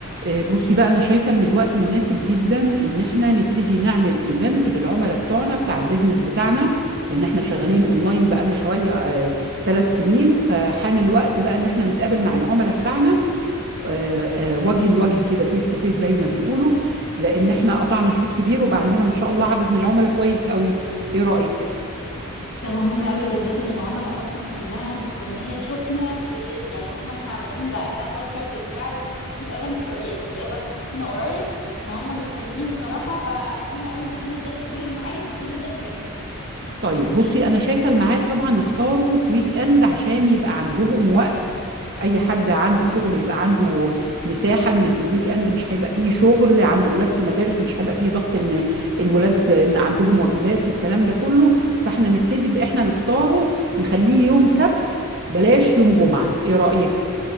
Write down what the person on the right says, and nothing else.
آه، بصي بقى انا شايفه ان الوقت مناسب جدا ان احنا نبتدي نعمل ايفنت للعملاء بتوعنا بتاع البيزنس بتاعنا لان احنا شغالين اونلاين بقالنا حوالي ثلاث سنين فحان الوقت بقى ان احنا نتقابل مع العملاء بتاعنا آه، آه، وجه لوجه كده فيس تو فيس زي ما بيقولوا لان احنا قطعنا شوط كبير وبقى عندنا ما شاء الله عدد من العملاء كويس قوي ايه رأيك
طيب بصي انا شايفه الميعاد طبعا نختاره في ويك اند عشان يبقى عندهم وقت اي حد عنده شغل يبقى عنده مساحه ان في الويك اند مش هيبقى فيه شغل عنده ولاد في مدارس مش هيبقى فيه ضغط ان الولاد في عندهم واجبات والكلام ده كله فاحنا نبتدي باحنا نختاره نخليه يوم سبت بلاش يوم جمعه ايه رايك